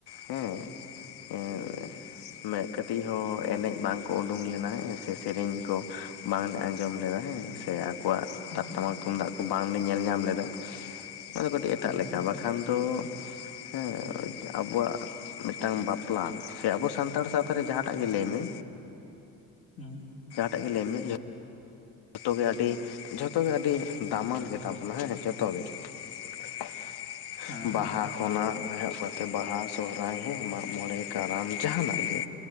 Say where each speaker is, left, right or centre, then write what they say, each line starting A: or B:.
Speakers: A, on the left; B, on the left.
A: ᱦᱮᱸᱻ ᱮᱸᱻ
B: ᱟᱪᱪᱷᱟ
A: ᱢᱮ ᱠᱟᱹᱴᱤᱡ ᱦᱚᱸ ᱮᱱᱮᱡ ᱵᱟᱝᱠᱚ ᱩᱰᱩᱸ ᱞᱮᱱᱟ ᱦᱮᱸ ᱥᱮ ᱥᱮᱨᱮᱧ ᱠᱚ ᱵᱟᱝᱞᱮ ᱟᱸᱡᱚᱢ ᱞᱮᱫᱟ ᱦᱮᱸ ᱥᱮ ᱟᱠᱚᱣᱟᱜ ᱴᱟᱜ
B: ᱟᱪᱪᱷᱟ
A: ᱴᱟᱢᱟᱠ ᱛᱩᱢᱫᱟᱜ ᱠᱚ ᱵᱟᱝᱞᱮ ᱧᱮᱞ ᱧᱟᱢ ᱞᱮᱫᱟ᱾ ᱦᱚᱸᱜᱼᱚᱭ ᱫᱚ ᱠᱟᱹᱴᱤᱡ ᱮᱴᱟᱜ
B: ᱦᱩᱸ
A: ᱞᱮᱠᱟ
B: ᱦᱩᱸ
A: ᱵᱟᱠᱷᱟᱱ ᱫᱚ ᱦᱮᱸᱻ ᱟᱵᱚᱣᱟᱜᱼᱟ ᱢᱤᱫᱴᱟᱝ ᱵᱟᱯᱞᱟ ᱥᱮ ᱟᱵᱚ ᱥᱟᱱᱛᱟᱲ ᱥᱟᱶᱛᱟ ᱨᱮ ᱡᱟᱦᱟᱸᱴᱟᱜ ᱜᱮ ᱞᱟᱹᱭ ᱢᱮ?
B: ᱦᱩᱸ
A: ᱤᱱᱟᱰᱤᱵᱟᱞ ᱮᱱᱮ ᱡᱮ ᱛᱟᱵᱮ ᱟᱹᱰᱤ ᱡᱷᱚᱛᱚᱜᱮ ᱟᱹᱰᱤ ᱫᱟᱢᱟᱱ ᱜᱮᱛᱟᱵᱱᱟ ᱦᱮᱸ ᱡᱚᱛᱚ ᱜᱮ <inaudible>
B: ᱦᱮᱸ
A: ᱵᱟᱦᱟ
B: ᱦᱮᱸ
A: ᱠᱷᱚᱱᱟᱜ ᱮᱦᱚᱵ ᱠᱟᱛᱮ ᱵᱟᱦᱟ ᱥᱚᱦᱨᱟᱭ ᱦᱮᱸᱻ ᱢᱟᱜ ᱢᱚᱬᱮ ᱠᱟᱨᱟᱢ ᱡᱟᱦᱟᱱᱟᱜ ᱜᱮᱼᱼ